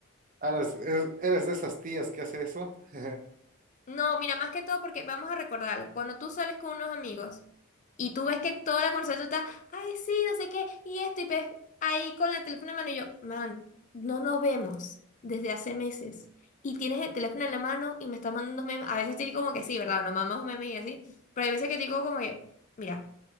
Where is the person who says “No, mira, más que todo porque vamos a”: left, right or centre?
Left